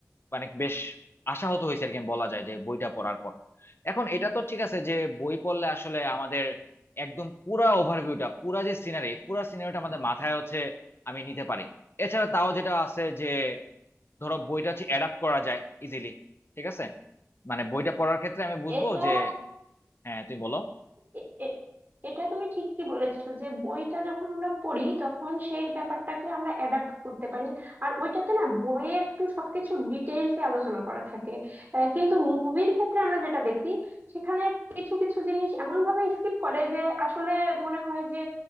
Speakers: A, on the left; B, on the right.
A: মানে বেশ আশাহত হয়েছে আর কি বলা যায় যে বইটা পড়ার পর এখন এটা তো ঠিক আছে যে বই পড়লে আসলে আমাদের একদম পুরা ওভারভিউটা পুরা যে সিনারি পুরা সিনারিটা আমাদের মাথায় হচ্ছে আমি নিতে পারি এছাড়া তাও যেটা আছে যে ধরো বইটা হচ্ছে অ্যাডাপ্ট করা যায় ইজিলি ঠিক আছে মানে বইটা পড়ার ক্ষেত্রে আমি বুঝবো
B: এটা
A: যে হ্যাঁ তুমি বলো
B: এ- এ- এটা তুমি ঠিকই বলেছো যে বইটা যখন আমরা পড়ি তখন সেই ব্যাপারটাকে আমরা অ্যাডাপ্ট করতে পারি আর ওইটাতে না বইয়ে একটু সবকিছু ডিটেইলসে আলোচনা করা থাকে আহ, কিন্তু মুভির ক্ষেত্রে আমরা যেটা দেখি সেখানে কিছু কিছু জিনিস এমন ভাবে স্কিপ করে যে আসলে মনে হয় যে